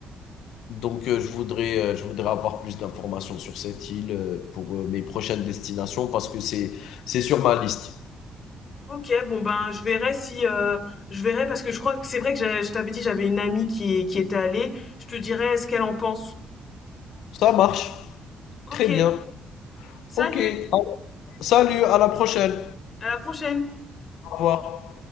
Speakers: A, on the left; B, on the left.
A: Donc, euh, je voudrais, euh, je voudrais avoir plus d'informations sur cette île euh, pour euh, mes prochaines destinations parce que c'est, c'est sur ma liste.
B: Ok, bon ben je verrai si euh, je verrai parce que je crois que c'est vrai que j'a- je t'avais dit j'avais une amie qui qui était allée. Je te dirai ce qu'elle en pense.
A: Ça marche.
B: Ok,
A: Très bien.
B: salut,
A: Ok. Salut, à la prochaine.
B: à la prochaine.
A: Au revoir.